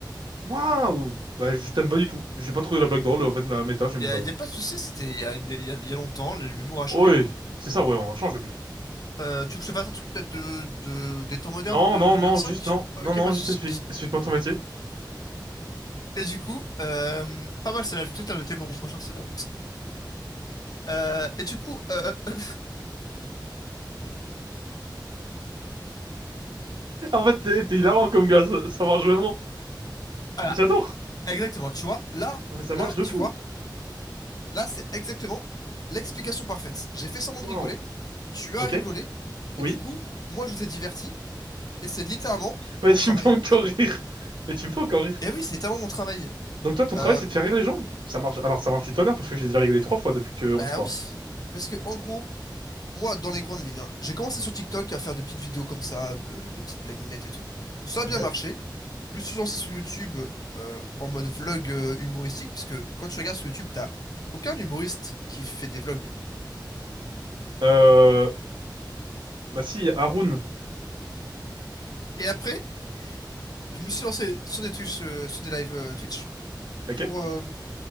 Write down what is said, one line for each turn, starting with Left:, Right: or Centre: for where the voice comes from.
Right: Waouh! Bah, je t'aime pas du tout. J'ai pas trouvé la blague drôle, en fait, la méta, j'aimais
Left: Il y a,
Right: pas.
Left: y a pas de souci, c'était il y a, une- y a, y a longtemps, l'humour a changé.
Right: Oui, c'est ça, ouais, on change depuis.
Left: Euh, tu veux que je te fasse un truc peut-être de, de, des temps modernes
Right: Non,
Left: de
Right: non,
Left: 2025?
Right: non, juste, non,
Left: Ok,
Right: non, non,
Left: pas de
Right: juste
Left: souci.
Right: explique. Explique-moi ton métier.
Left: Et du coup, euh, pas mal celle-là, je vais peut-être la noter pour mon prochain Sundown. Euh, et du coup, euh, <laughs>
Right: En fait, t'es t'es hilarant comme gars, ça, ça marche vraiment.
Left: voilà,
Right: J'adore.
Left: exactement, tu vois, là,
Right: Non mais ça
Left: là,
Right: marche de
Left: tu
Right: fou.
Left: vois, là, c'est exactement l'explication parfaite. J'ai fait semblant
Right: Waouh.
Left: de rigoler, tu as
Right: Ok.
Left: rigolé,
Right: Oui.
Left: et du coup, moi, je t'ai diverti, et c'est littéralement mon
Right: Mais tu
Left: travail.
Right: me fais encore rire. Mais tu me fais encore rire.
Left: Et oui, c'est littéralement mon travail.
Right: Donc toi, ton
Left: Euh,
Right: travail, c'est de faire rire les gens? Ça marche. Alors ça marche du tonnerre parce que j'ai déjà rigolé trois fois depuis qu'on
Left: bah
Right: se parle.
Left: oui, parce que en gros, Moi, dans les grandes lignes, hein, j'ai commencé sur TikTok à faire des petites vidéos comme ça, euh, des petites blagounettes et tout. Ça a
Right: Ok.
Left: bien marché. Je me suis lancé sur YouTube euh, en mode vlog euh, humoristique, puisque quand tu regardes sur YouTube, t'as aucun humoriste qui fait des vlogs.
Right: Euh... Bah si, Haroun.
Left: Et après, je me suis lancé sur des Twitch, euh, sur des lives euh, Twitch
Right: Ok.
Left: pour, euh,